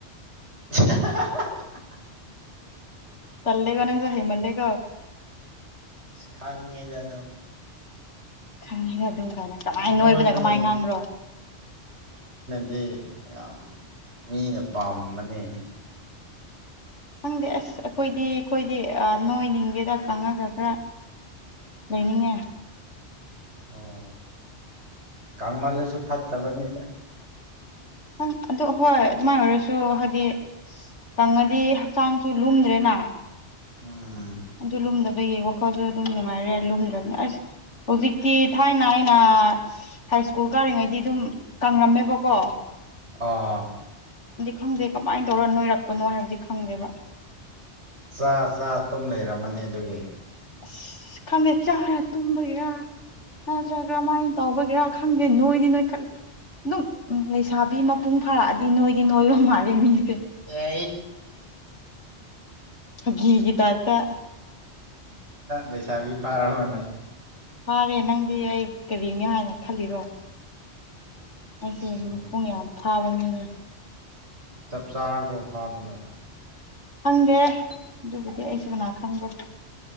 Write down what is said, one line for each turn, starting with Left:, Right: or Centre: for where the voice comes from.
Right: <inaudible>
Left: ꯇꯜꯂꯦꯒ ꯅꯪꯖꯨ ꯍꯩꯃꯜꯗꯦ
Right: ꯈꯥꯡꯉꯦꯗ ꯑꯗꯨ
Left: ꯈꯪꯉꯤꯅ ꯑꯗꯨꯝ ꯀꯥꯏꯅ ꯀꯃꯥꯏꯅ ꯅꯣꯏꯕꯅ
Right: ꯅꯣꯏꯕꯅꯗꯤ
Left: ꯀꯃꯥꯏ ꯉꯥꯡꯕ꯭ꯔꯣ
Right: ꯗꯤ ꯌꯥꯝ ꯃꯤꯅ ꯄꯥꯝꯕꯅꯤ
Left: ꯈꯪꯗꯦ ꯑꯁ ꯑꯩꯈꯣꯏꯗꯤ ꯑꯩꯈꯣꯏꯗꯤ ꯅꯣꯏ ꯅꯤꯡꯗꯦꯗ ꯈꯪꯉꯒ ꯈꯔ ꯂꯩꯅꯤꯡꯉ
Right: ꯑꯣ ꯀꯥꯡꯃꯥꯏꯦꯁꯨꯠ ꯐꯠ ꯇꯕꯅꯤ
Left: ꯪ ꯑꯗꯨ ꯍꯣꯏ ꯑꯗꯨꯃꯥꯏꯅ ꯑꯣꯏꯔꯁꯨ ꯍꯥꯏꯗꯤ ꯀꯪꯉꯗꯤ ꯍꯛꯆꯥꯡꯁꯨ ꯂꯨꯝꯗ꯭ꯔꯦꯅ
Right: ꯎꯝ
Left: ꯑꯗꯨ ꯂꯨꯝꯗꯕꯒꯤ ꯋꯥꯈꯜꯗ ꯑꯗꯨꯝ ꯅꯨꯡꯉꯥꯏꯔꯦ ꯂꯨꯝꯗ꯭ꯔꯕꯅꯤꯅ ꯑꯁ ꯍꯧꯖꯤꯛꯇꯤ ꯊꯥꯏꯅ ꯑꯩꯅ ꯍꯥꯏ ꯁ꯭ꯀꯨꯜ ꯀꯥꯔꯤꯉꯩꯗꯤ ꯑꯗꯨꯝ ꯀꯪꯉꯝꯃꯦꯕꯀꯣ
Right: ꯑꯥ
Left: ꯈꯪꯗꯦ ꯀꯃꯥꯏꯅ ꯇꯧꯔ ꯅꯣꯏꯔꯛꯄꯅꯣ ꯍꯥꯏꯕꯗꯤ ꯈꯪꯗꯦꯕ
Right: ꯆꯥ ꯆꯥ ꯇꯨꯝ ꯂꯩꯔꯝꯃꯅꯤ ꯑꯗꯨꯒꯤ
Left: ꯑꯁ ꯈꯪꯗꯦ ꯆꯥꯔ ꯇꯨꯝꯕꯒꯤꯦꯔꯥ ꯅꯠꯇ꯭ꯔꯒ ꯃꯥꯏꯅ ꯇꯧꯕꯒꯦꯔꯥ ꯈꯪꯗꯦ ꯅꯣꯏꯗꯤ ꯅꯣꯏ ꯈꯜꯂꯦ ꯑꯗꯨꯝ ꯎ ꯂꯩꯁꯥꯕꯤ ꯃꯄꯨꯡ ꯐꯥꯔꯛꯑꯗꯤ ꯅꯣꯏꯗꯤ ꯅꯣꯏꯕ ꯃꯥꯜꯂꯦ ꯃꯤꯁ
Right: ꯌꯥ
Left: ꯍꯒ ꯇꯥꯏꯇ
Right: ꯂꯩꯁꯥꯕꯤ ꯐꯥꯔ ꯍꯅꯦ
Left: ꯐꯥꯔꯦ ꯅꯪꯗꯤ ꯑꯩ ꯀꯔꯤꯅꯤ ꯍꯥꯏꯅ ꯈꯜꯂꯤꯔꯣ ꯑꯩꯁꯦ
Right: ꯁꯨꯝ
Left: ꯃꯈꯣꯡ ꯌꯥꯝ ꯊꯥꯕꯅꯤꯅꯦ
Right: ꯆꯞ ꯆꯥꯔꯕ ꯐꯥꯕꯗ
Left: ꯈꯪꯗꯦ ꯑꯗꯨꯕꯨꯗꯤ ꯑꯩꯁꯨ ꯃꯅꯥ ꯈꯪꯕ꯭ꯔꯣ